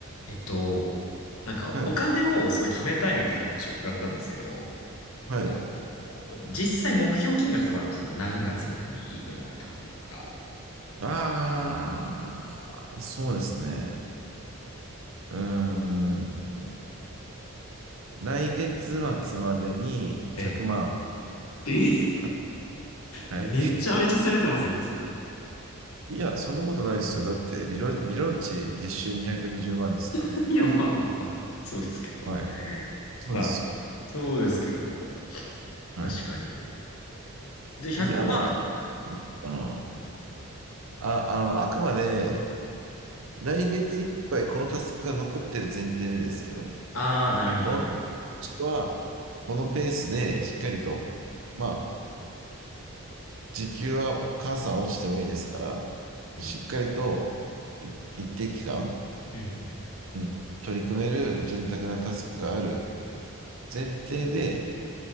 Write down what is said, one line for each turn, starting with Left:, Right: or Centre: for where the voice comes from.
Left: えっと、なんかお金をすごい貯めたいみたいな話を伺ったんですけど、
Right: はい。はい。
Left: あの、実際目標金額とかあるんですかね何月までにいくらまで貯めるとか。
Right: ああ、そうですね。うーん。来月末までに100万
Left: ええ。え
Right: かな。はい。
Left: めちゃめちゃ攻めてませんか、
Right: <laughs>
Left: それ。
Right: いや、そんなことないですよ。だって、理論、理論値月収220万ですから。
Left: <laughs> いや、まあまあまあ。そうですけど。
Right: はい。そうです。
Left: まあ、そうですけど、
Right: はい。
Left: 確かに。で、100万。
Right: いわば、まあの、あ、あの、あくまで、来月いっぱいこのタスクが残ってる前提でですけど、
Left: ああー、なるほど、
Right: こ
Left: なるほど。
Right: の、は、このペースでしっかりと、まあ、時給はお母さん落ちてもいいですから、
Left: うん。
Right: しっかりとい一定期間、
Left: うん。
Right: うん、取り組める潤沢なタスクがある前提で